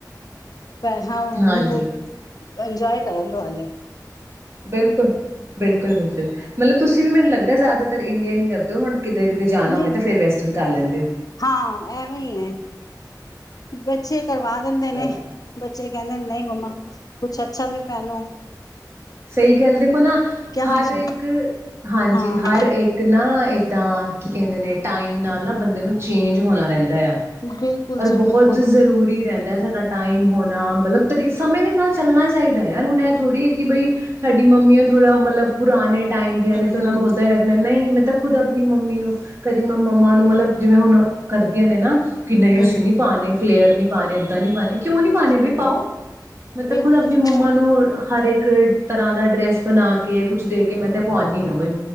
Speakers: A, on the left; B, on the right.
A: ਪਾਂ
B: ਹਾਂਜੀ
A: ਹੁਣ ਤੇ ਇੰਜੋਏ ਕਰਣ <unintelligible> ਕੀ ਹਾਲ ਹੈ
B: ਬਿਲਕੁਲ, ਬਿਲਕੁਲ-ਬਿਲਕੁਲ ਮਤਲਬ ਤੁਸੀਂ ਵੀ ਮੈਨੂੰ ਲੱਗਦਾ ਜ਼ਿਆਦਾਤਰ ਇੰਡੀਅਨ ਈ ਕਰਦੇ ਔ ਹੁਣ। ਕਿੱਧਰੇ-ਕਿੱਧਰੇ ਜਾਣਾ
A: ਨਹੀਂ
B: ਹੋਏ ਤਾਂ ਫਿਰ ਵੈਸਟਰਨ ਕਰ ਲੈਂਦੇ ਔ।
A: ਹਾਂ ਐਵੇਂ ਹੀ ਹੈ ਬੱਚੇ ਕਰਵਾ ਦਿੰਦੇ ਨੇ।
B: ਹੈ
A: ਬੱਚੇ ਕਹਿੰਦੇ ਨੇ ਨਈ ਮੰਮਾ, ਕੁਛ ਅੱਛਾ ਵੀ ਪਾਨੈ।
B: ਸਈ ਗੱਲ ਦੇਖੋ ਨਾ
A: ਹਮੇਸ਼ਾ
B: ਹਰ ਇੱਕ ਹਾਂਜੀ,
A: ਹਾਂ
B: ਹਰ ਇੱਕ ਨਾ ਏਦਾਂ ਕੀ ਕਹਿੰਦੇ ਨੇ ਟਾਈਮ ਨਾਲ ਨਾ ਬੰਦੇ ਨੂੰ ਚੇਂਜ ਹੋਣਾ ਰਹਿੰਦ ਦਾ
A: ਬਿਲਕੁਲ
B: ਪਰ
A: ਜੀ
B: ਬਹੁਤ
A: ਬਿਲਕੁਲ
B: ਜ਼ਰੂਰੀ ਰਹਿੰਦ ਜੜਾ ਸਾਡਾ ਟਾਈਮ ਹੋਣਾ ਮਤਲਬ ਤਰੀ ਸਮੇਂ ਦੇ ਨਾਲ ਚੱਲਣਾ ਚਾਹੀਦੈ ਯਾਰ। ਹੁਣ ਇਹ ਥੋੜ੍ਹੀ ਕਿ ਬਈ ਸਾਡੀ ਮੰਮੀਆਂ ਥੋੜਾ ਮਤਲਬ ਪੁਰਾਣੇ ਟਾਈਮ
A: ਹਮ
B: ਦੀਆਂ ਨੇ
A: ਹਮ
B: ਤੇ ਉਹਨਾਂ ਨੂੰ ਓਦਾਂ ਈ ਰੱਖਣੈ। ਨਈ ਮੈਂ ਤਾਂ ਖੁਦ ਆਪਣੀ ਮੰਮੀ ਨੂੰ ਕਦੀ ਮੈਂ ਮੰਮਾ ਨੂੰ ਮਤਲਬ ਜਿਵੇਂ ਹੁਣ ਕਰਦੀਆਂ ਨੇ ਨਾ ਕਿ ਨਈ
A: ਹਮ
B: ਅਸੀਂ ਨੀ ਪਾਣੇ ਫਲੇਅਰ ਨਈ ਪਾਣੇ ਏਦਾਂ ਨੀ ਪਾਣੇ, ਕਿਉਂ ਨੀ ਪਾਣੇ ਬਈ
A: ਹਮ
B: ਪਾਓ, ਮੈਂ ਤਾਂ
A: ਬਿਲਕੁਲ
B: ਖੁਦ ਆਪਣੀ
A: ਜੀ
B: ਮੰਮਾ ਨੂੰ ਹਰ ਏਕ ਇੱਕ ਤਰ੍ਹਾਂ ਦਾ ਡਰੈਸ ਬਣਾ ਕੇ ਕੁਛ ਦੇ ਕੇ ਮੈਂ ਤੇ ਪਵਾਉਣੀ ਆਂ।